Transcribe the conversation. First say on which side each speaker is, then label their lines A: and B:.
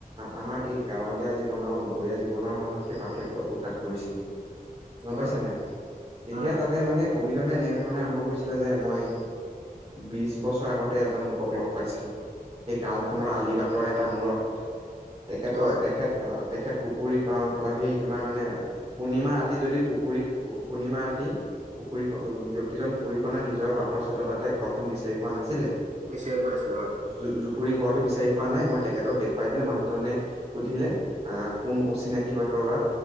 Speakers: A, on the right (about 25°); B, on the right (about 50°).
A: আমাৰ এই গাঁৱলীয়া জীৱন আৰু নগৰীয়া জীৱনৰ মাজত সেই পাৰ্থক্য কটো তাত কৈছিলে গম
B: হয়
A: পাইছা নাই? তেতিয়া
B: উম
A: তাত মানে কবি জনে এনেধৰণ আৰম্ভ কৰিছিলে যে মই বিশ বছৰ আগতে এজন লোকক লগ পাই ছিলোঁ এই গাওঁখনৰ
B: উম
A: আলি বাটৰ এটা মূৰত তেখেতৰ
B: হয়
A: তেখেত তেখেত কুকুৰীক সেই তোমাৰ মানে পূৰ্ণিমা ৰাতি যদি কুকুৰীক পূৰ্ণিমা ৰাতি কুকুৰীক ব্যক্তিজন কুকুৰী কণা নিজৰ বাটৰ চোতালতে ঘৰখন বিচাৰি পোৱা নাছিলে।
B: বিচাৰি পোৱা নাছিলো হয়
A: জ জুপুৰি ঘৰটো বিচাৰি পোৱা নাই, মই তেখেতক দেখাই দিলোঁ মানুহজনে সুধিলে - কোন অচিনাকি বাটৰুৱা